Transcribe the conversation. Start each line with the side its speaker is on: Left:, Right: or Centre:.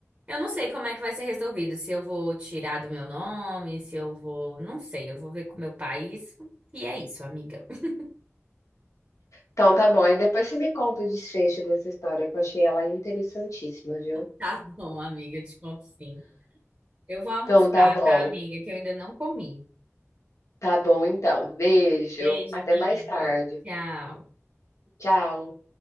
Right: Eu não sei como é que vai ser resolvido, se eu vou tirar do meu nome, se eu vou, não sei, eu vou ver com o meu pai isso. E é isso, amiga. <laughs>
Left: Então tá bom, aí depois você me conta o desfecho dessa história que eu achei ela interessantíssima, viu.
Right: Tá bom, amiga, eu te conto sim. Eu vou almoçar,
Left: Então tá bom,
Right: tá, amiga, que eu ainda não comi.
Left: tá bom então, beijo,
Right: Beijo,
Left: até
Right: amiga.
Left: mais tarde,
Right: Tchau.
Left: tchau.